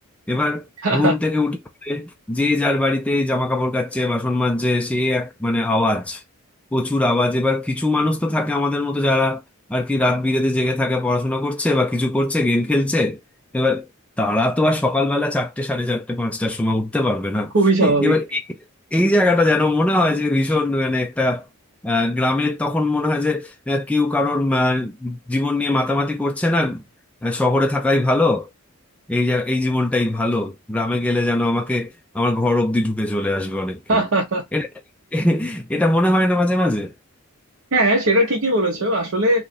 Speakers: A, in the centre; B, on the right.
A: এবার
B: আচ্ছা
A: ঘুম থেকে উঠে পড়ে যে যার বাড়িতে জামা কাপড় কাচ্ছে বাসন মাজছে সে এক মানে আওয়াজ প্রচুর আওয়াজ এবার কিছু মানুষ তো থাকে আমাদের মতো যারা আর কি রাত বিরেতে জেগে থাকে পড়াশোনা করছে বা কিছু করছে গেম খেলছে এবার তারা তো আর সকালবেলা চারটে সাড়ে চারটে পাঁচটার সময় উঠতে পারবে না
B: খুবই স্বাভাবিক
A: এবার এ- এই জায়গাটা যেন মনে হয় যে ভীষণ মানে একটা আহ, গ্রামের তখন মনে হয় যে আহ, কেউ কারোর আহ, জীবন নিয়ে মাতামাতি করছে না আহ, শহরে থাকাই ভালো এই জা- এই জীবনটাই ভালো গ্রামে গেলে যেন আমাকে আমার ঘর অব্দি ঢুকে চলে আসবে অনেক
B: <laughs>
A: কেউ এটা এটা মনে হয় না মাঝে মাঝে
B: হ্যাঁ সেটা ঠিকই বলেছো আসলে